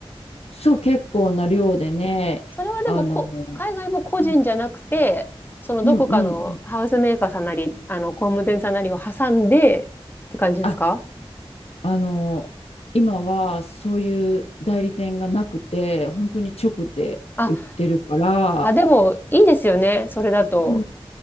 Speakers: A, on the left; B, on the left.
A: そう、結構な量でね、
B: それはでもこ、
A: あの、
B: 海外も個人じゃなくて、
A: うん
B: そのどこかのハウスメーカーさんなり、
A: うんうん。
B: あの、工務店さんなりを挟んでって感じですか
A: あ、あの、今はそういう代理店がなくて、本当に直で売ってるから、
B: あ、あ、でもいいですよね、それだと。
A: うん